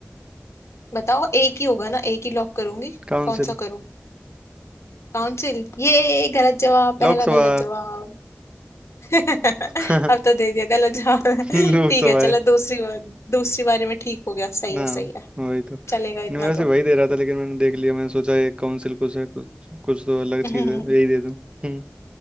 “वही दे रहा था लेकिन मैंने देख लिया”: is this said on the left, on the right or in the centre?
Right